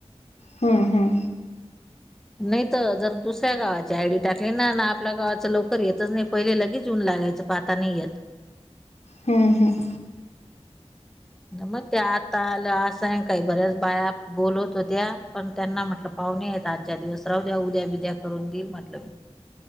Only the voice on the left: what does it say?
हम हम,
हम हम,